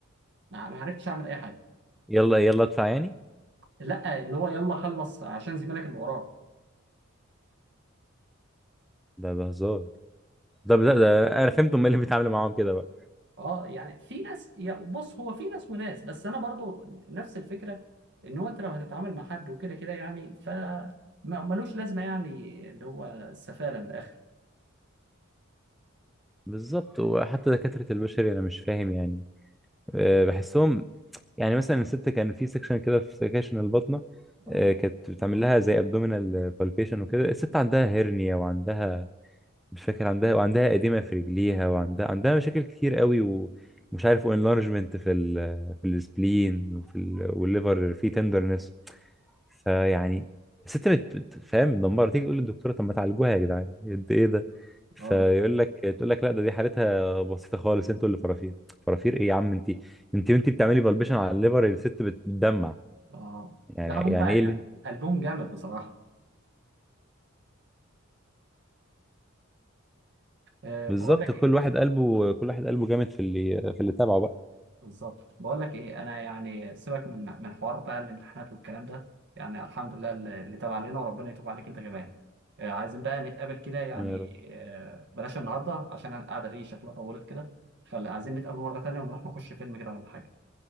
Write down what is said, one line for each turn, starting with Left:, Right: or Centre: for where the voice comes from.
Right: ما عرفتش اعمل اي حاجه
Centre: يلا يلا ادفع يعني
Right: لا اللي هو يلا خلص عشان زميلك اللي وراك
Centre: ده ده هزار ده ده, ده انا فهمت هم إيه اللي بيتعاملوا معاهم كده بقى
Right: اه يعني في ناس يا بص هو في ناس وناس بس انا برضو نفس الفكره ان هو انت لو هتتعامل مع حد وكده كده يعني ف ما- ملوش لازمه يعني اللي هو السفاله من الاخر
Centre: بالظبط وحتى دكاترة البشري انا مش فاهم يعني أه بحسهم يعني مثلا الست كان في سكشن كده في سكشن البطنة
Right: اه
Centre: أه كانت بتعمل لها زي ابدومينال بالبيشن وكده الست عندها هرنيا وعندها مش فاكر عندها وعندها إديمة في رجليها وعندها عندها مشاكل كتير قوي ومش عارف وانلارجمنت في ال في السبلين وفي ال والليفر في تندرنس فيعني الست بت- بت- فاهم مدمرة تيجي تقول للدكتورة طب ما تعالجوها يا جدعان قد ايه ده فيقول
Right: اه
Centre: لك تقول لك لا ده دي حالتها بسيطة خالص انتوا اللي فرافير فرافير ايه يا عم انت انت وانت بتعملي بلبشن على الليفر الست بتدمع
Right: اه
Centre: يعني
Right: لا هم
Centre: يعني
Right: يعني
Centre: ايه اللي
Right: قلبهم جامد بصراحه أه
Centre: بالظبط
Right: بقول لك
Centre: كل واحد قلبه كل واحد قلبه جامد في اللي في اللي تابعه بقى
Right: بالظبط بقول لك ايه انا يعني سيبك من من حوار بقى الامتحانات والكلام ده يعني الحمد لله اللي اللي تاب علينا وربنا يتوب عليك انت كمان آه، عايزين بقى نتقابل كده يعني
Centre: يا رب
Right: آه، بلاش النهارده عشان القعده دي شكلها طولت كده فعايزين نتقابل مره تانية ونروح نخش فيلم كده ولا حاجه